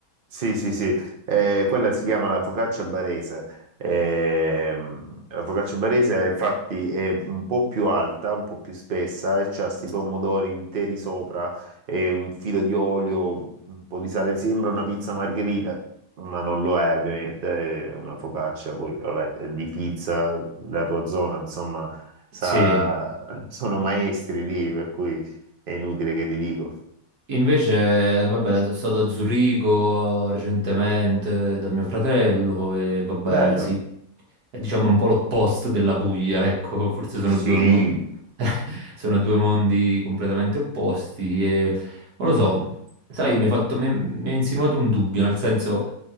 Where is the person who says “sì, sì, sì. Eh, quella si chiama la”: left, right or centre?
Right